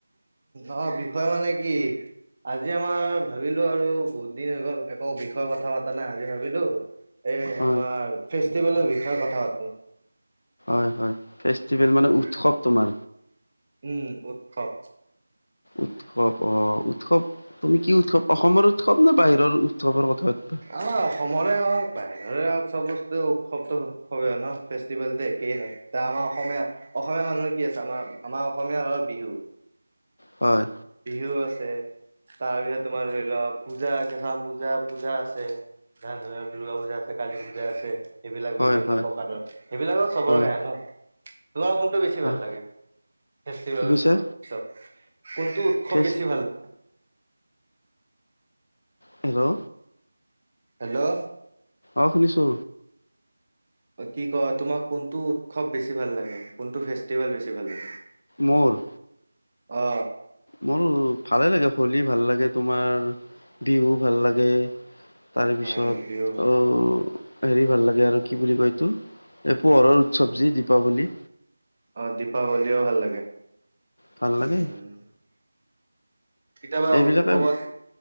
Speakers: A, on the right; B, on the left.
A: আহ বিষয় মানে কি আজি আমাৰ ভাবিলো আৰু বহুত দিন হৈ গল একো বিষয় কথা পতা নাই আজি ভাবিলো এ
B: হয়
A: আমাৰ ফেষ্টিভেলৰ বিষয়ে কথা পাতো।
B: হয় হয় ফেষ্টিভেল
A: উম
B: মানে উৎসৱ তোমাৰ?
A: উম উৎসৱ।
B: উৎসৱ অ উৎসৱ তুমি কি উৎসৱ অসমৰ উৎসৱ নে বাহিৰৰ উৎসৱৰ কথা সুধবা
A: আমাৰ অসমৰে হওক, বাহিৰৰে হওক চব বস্তু উৎসৱ উৎসৱে ন ফেষ্টিভেলটো একেই হয় এ আমাৰ অসমীয়া অসমীয়া মানুহৰ কি আছে আমাৰ আমাৰ অসমীয়াৰ বিহু,
B: হয়।
A: বিহু আছে, তাৰপিছত তোমাৰ ধৰি ল পূজা কেচাম পূজা পূজা আছে, আছে ধ ধৰিলওক দূৰ্গা পূজা আছে, কালী পূজা আছে এইবিলাক
B: হয়
A: বিভিন্ন
B: হয়
A: প্ৰকাৰৰ সেইবিলাকৰ চবৰ
B: হয়
A: কাহে ন তোমাৰ কোনটো বেছি
B: হয়
A: ভাল লাগে? ফেষ্টিভেলৰ
B: কি কৈছা
A: ভিতৰত চব কোনটো উৎসৱ
B: ফেষ্ট
A: বেছি ভাল?
B: হেল্লো।
A: হেল্লো'।
B: অ শুনিছো।
A: কি কয় তোমাক কোনটো উৎসৱ বেছি ভাল লাগে? কোনটো ফেষ্টিভেল বেছি ভাল লাগে?
B: মোৰ
A: অ।
B: মোৰো ভালে লাগে হোলী ভাল লাগে তোমাৰ বিহু ভাল লাগে। তাৰ পিছত
A: হয় নেকি বিহু
B: অ হেৰি ভাল লাগে আৰু কি বুলি কয়তো এই পোহৰৰ উৎসৱ যি দীপাৱলী।
A: অ দীপাৱলীও ভাল লাগে
B: ভাল লাগে
A: উম। কেতিয়াবা
B: এইবিলাকে
A: উৎসৱত